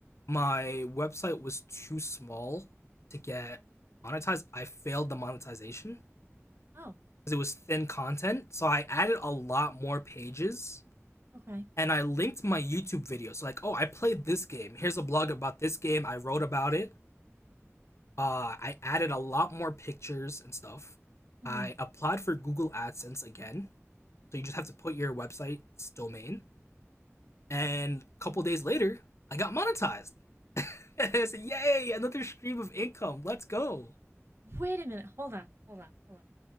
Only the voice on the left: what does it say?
my website was too small to get monetized. I failed the monetization
because it was thin content. So I added a lot more pages
and I linked my YouTube videos. So like, oh, I played this game. Here's a blog about this game. I wrote about it. Uh, I added a lot more pictures and stuff.
I applied for Google AdSense again. So you just have to put your website's domain. And a couple days later, I got monetized. <laughs> and I said, Yay, another stream of income. Let's go.